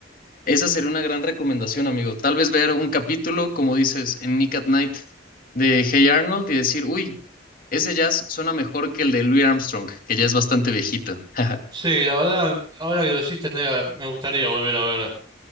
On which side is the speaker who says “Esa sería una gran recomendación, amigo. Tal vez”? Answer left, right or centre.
Left